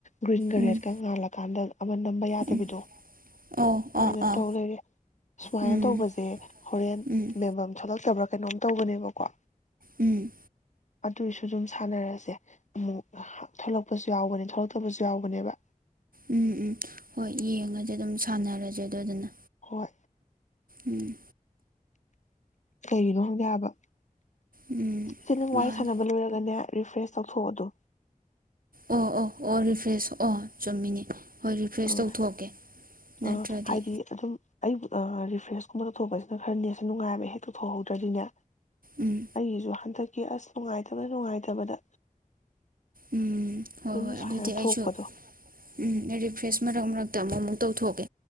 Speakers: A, on the left; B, on the right.
A: ꯒ꯭ꯔꯤꯟꯒ
B: ꯎꯝ
A: ꯔꯦꯗꯀ ꯉꯥꯜꯂꯀꯥꯟꯗ ꯑꯃ ꯅꯝꯕ ꯌꯥꯗꯕꯤꯗꯣ
B: ꯎꯝ ꯑꯧ
A: ꯁꯨꯃꯥꯏꯅ
B: ꯑꯥ ꯑꯥ
A: ꯇꯧ ꯂꯩꯔꯦ ꯁꯨꯃꯥꯏꯅ
B: ꯎꯝ
A: ꯇꯧꯕꯁꯦ ꯍꯣꯔꯦꯟ
B: ꯎꯝ
A: ꯃꯦꯝꯐꯝ ꯊꯣꯛꯂꯛꯇꯕ꯭ꯔꯥ ꯀꯩꯅꯣꯝ ꯇꯧꯕꯅꯦꯕꯀꯣ
B: ꯎꯝ
A: ꯑꯗꯨꯏꯁꯨ ꯑꯗꯨꯝ ꯁꯥꯟꯅꯔꯁꯦ ꯑꯃꯨꯛ ꯊꯣꯛꯂꯛꯄꯁꯨ ꯌꯥꯎꯕꯅꯦ ꯊꯣꯛꯂꯛꯇꯕꯁꯨ ꯌꯥꯎꯕꯅꯦꯕ
B: ꯎꯝ ꯎꯝ ꯍꯣꯏ ꯌꯦꯡꯉꯁ ꯑꯗꯨꯝ ꯁꯥꯟꯅꯔꯁꯦ ꯑꯗꯨꯗꯨꯅ
A: ꯍꯣꯏ
B: ꯎꯝ
A: ꯀꯩꯒꯤꯅꯣ ꯈꯪꯗꯦ ꯍꯥꯏꯕ
B: ꯎꯝ
A: ꯁꯤꯅ
B: ꯃꯥꯅꯦ
A: ꯋꯥꯔꯤ ꯁꯥꯟꯅꯕ ꯂꯣꯏꯔꯒꯅꯦ ꯔꯤꯐ꯭ꯔꯦꯁ ꯇꯧꯊꯣꯛꯑꯣ ꯑꯗꯣ
B: ꯑꯣ ꯑꯣ ꯑꯣ ꯔꯤꯐ꯭ꯔꯦꯁ ꯑꯣ ꯆꯨꯝꯃꯤꯅꯦ ꯍꯣꯏ ꯔꯤꯐ꯭ꯔꯦꯁ
A: ꯑꯥ
B: ꯇꯧꯊꯣꯛꯀꯦ ꯅꯠꯇ꯭ꯔꯗꯤ
A: ꯑꯥ ꯍꯥꯏꯗꯤ ꯑꯗꯨꯝ ꯑꯩꯕꯨ ꯐ꯭ꯔꯦꯁ ꯀꯨꯝꯕꯗ ꯇꯧꯊꯣꯛꯄꯁꯤꯅ ꯈꯔ ꯅꯦꯠꯁꯦ ꯅꯨꯡꯉꯥꯏꯕꯅꯦ ꯍꯦꯛ ꯇꯧꯊꯣꯛꯍꯧꯗ꯭ꯔꯗꯤꯅꯦ
B: ꯎꯝ
A: ꯑꯩꯒꯤꯁꯨꯨ ꯍꯟꯇꯛ ꯑꯁ ꯅꯨꯡꯉꯥꯏꯇꯕꯗ ꯅꯨꯡꯉꯥꯏꯇꯕꯗ
B: ꯎꯝ ꯍꯣꯏ
A: ꯑꯗꯨꯝ
B: ꯍꯣꯏ
A: ꯁꯨꯃꯥꯏꯅ
B: ꯑꯗꯨꯗꯤ ꯑꯩꯁꯨ
A: ꯊꯣꯛꯄꯗꯣ
B: ꯎꯝ ꯐ꯭ꯔꯦꯁ ꯃꯔꯛ ꯃꯔꯛꯇ ꯑꯃꯨꯛ ꯑꯃꯨꯛ ꯇꯧꯊꯣꯛꯀꯦ